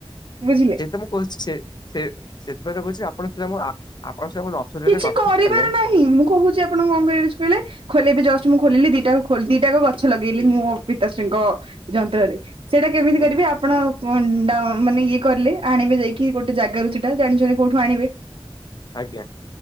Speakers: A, on the right (about 60°); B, on the left (about 45°).
A: ବୁଝି
B: ସେ ମୁଁ କହୁଛି ସେ, ସେ ସେଥିପାଇଁ ତ କହୁଛି ଆପଣ ସିଧା ମୋ ଆପଣଙ୍କ ସିଧା ମୋ ନର୍ସରୀରେ
A: କିଛି
B: କଥା
A: କରିବାର
B: ହେଲେ
A: ନାହିଁ, ମୁଁ କହୁଛି ଆପଣଙ୍କୁ କଁ କରିବାର ଅଛି କହିଲେ ଖୋଲେଇ ବି ଜଷ୍ଟ ମୁଁ ଖୋଲିଲି ଦିଟା ଦିଟାକ ଗଛ ଲଗେଇଲି ମୁଁ ମୋ ପିତାଶ୍ରୀଙ୍କ ଯନ୍ତ୍ରରେ। ସେଇଟା କେମିତି
B: ହୁଁ
A: କରିବେ ଆପଣ ଡା ମାନେ ଇଏ କଲେ ଆଣିବେ ଯାଇକି ଗୋଟେ ଜାଗାରୁ ସେଟା ଜାଣିଛନ୍ତି କୋଉଠୁ ଆଣିବେ।
B: ଆଜ୍ଞା।